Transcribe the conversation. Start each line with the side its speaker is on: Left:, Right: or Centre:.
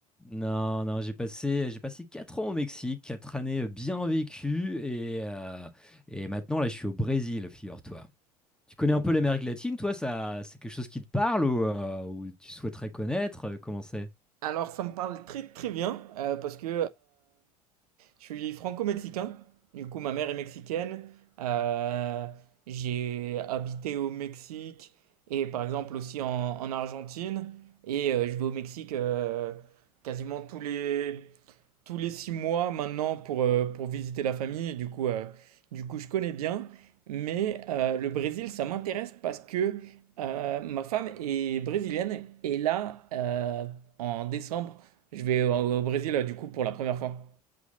Centre: Non, non, j'ai passé, j'ai passé quatre ans au Mexique, quatre années euh, bien vécues, et, euh, et maintenant là, je suis au Brésil, figure-toi. Tu connais
Right: Ouais.
Centre: un peu l'Amérique latine, toi, ça, c'est quelque chose qui te parle ou, euh, ou tu souhaiterais connaître? euh, Comment c'est?
Right: Alors ça me parle très très bien euh, parce que Je suis franco-mexicain. Du coup, ma mère est mexicaine. Euh, j'ai habité au Mexique et par exemple aussi en, en Argentine. Et euh, je vais au Mexique euh, quasiment tous les, tous les six mois maintenant pour, euh, pour visiter la famille. Et du coup, euh, du coup, je connais bien. Mais euh, le Brésil, ça m'intéresse parce que euh, ma femme est brésilienne. Et là, euh, en décembre, je vais au, au Brésil euh, du coup pour la première fois.